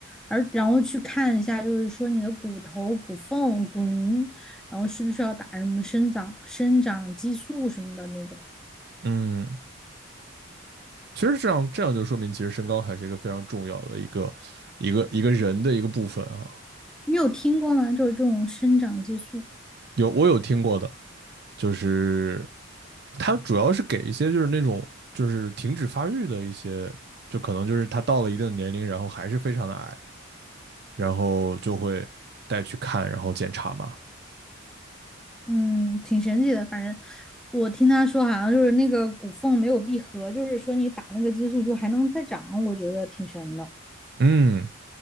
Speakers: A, in the centre; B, on the right (about 50°).
A: 而然后去看一下，就是说你的骨头、骨缝、骨龄，然后需不需要打什么生长生长激素什么的那种。
B: 嗯。其实这样这样就说明，其实身高还是一个非常重要的一个一个一个人的一个部分啊。
A: 你有听过吗？就是这种生长激素，
B: 有我有听过的，就是他主要是给一些就是那种就是停止发育的一些，就可能就是他到了一定的年龄，然后还是非常的矮，然后就会带去看，然后检查嘛。
A: 嗯，挺神奇的。反正我听他说，好像就是那个骨缝没有闭合，就是说你打那个激素就还能再长，我觉得挺神的。
B: 嗯，